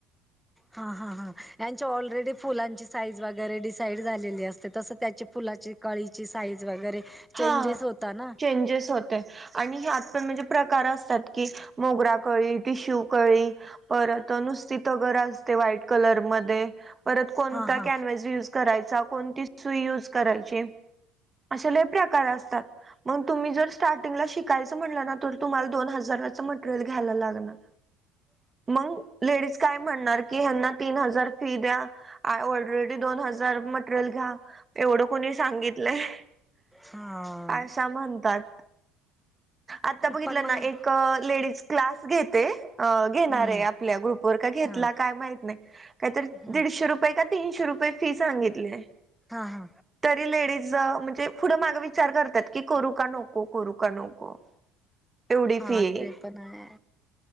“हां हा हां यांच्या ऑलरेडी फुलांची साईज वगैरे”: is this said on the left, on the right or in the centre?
Centre